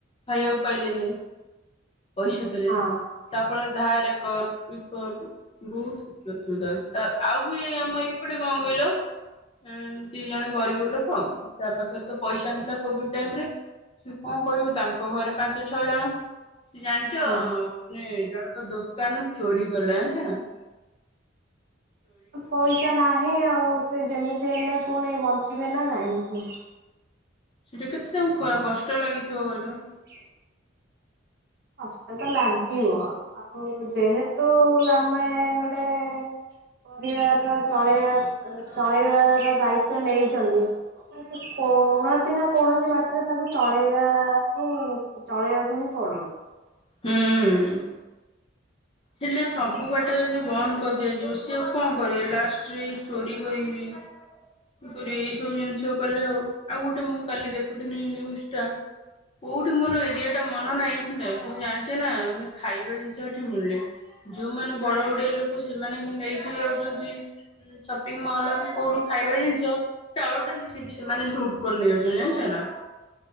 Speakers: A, on the left (about 30°); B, on the right (about 55°).
A: ଖାଇବାକୁ ପାଇଲେନି ପଇସା ପାଇଲେନି।
B: ହଁ
A: ତାହା ଫଳରେ ଧାରର କର, କର ବହୁତ ଅସୁବିଧା ହଉଚି। ଆଉ ବି ଆମ ଏପଟେ କଣ କହିଲ? ଏମତି ଜଣେ ଗରିବ ଲୋକ ତା ପାଖରେ ତ ପଇସା ନଥିଲା କୋଭିଡ ଟାଇମରେ ସେ କଣ କରିବ ତାଙ୍କ ଘରେ ପାଞ୍ଚ ଛଅ ଜଣ ତ ଜାଣିଛ
B: ହଁ
A: ମାନେ ଜଣକ ଦୋକାନ ଚୋରି କଲା। ଜାଣିଚ?
B: ପଇସା ନାହିଁ। ଆଉ ସେ ଯେମିତି ହେଲେ ପୁଣି ବଞ୍ଚିବେ ନା ନାହିଁ।
A: ସେଇଟା କେତେ ତାଙ୍କୁ କଷ୍ଟ ଲାଗିଥିବ କହିଲ?
B: ହଁ। ହସତ ଲାଗିବ ଆଉ ଯେହେତୁ ଆମେ ଗୋଟେ ପରିବାର ର ଚଳେଇବା ଚଳେଇବାର ଦାୟିତ୍ଵ ନେଇଛନ୍ତି। କୌଣସି ନା କୌଣସି ବାଟରେ ତାକୁ ଚଳେଇବା ହିଁ ଚଳେଇବାକୁ ହିଁ ପଡିବ।
A: ହୁଁ। ହେଲେ ସବୁ ବାଟ ଯଦି ବନ୍ଦ କରିଦିଆଯିବ ସିଏ ଆଉ କଣ କରିବେ ଲାଷ୍ଟ ଜେଲ୍ ଚୋରି କରିବି, କିପରି ଏଇ ସବୁ ଜିନିଷ କଲେ ଆଉ। ଆଉ ଗୋଟେ ମୁଁ କାଲି ଦେଖୁିନି ନିନ୍ୟୁଜ ଟା, କୋଉଠି ମୋର ଏରିଆ ଟା ମନ ନାହିଁ ହେଲା କିନ୍ତୁ ଜାଣିଛ, ନା ମାନେ ଖାଇବା ଜିନିଷ ଏଠି ମନି। ଯୋଉମାନୋନ ବଡ ବଡେଇ ଲୋକ ସେମାନେ ନେଇକି ଯାଉଛନ୍ତି। ସପିଂ ମଲ୍ କୋଉଠୁ ଖାଇବା ଜିନିଷ ଚାଉଳ ଟା ସେ ମାନେ ଲୁଟ୍ କରି ନେଇଯାଉଛନ୍ତି ଜାଣିଛ ନା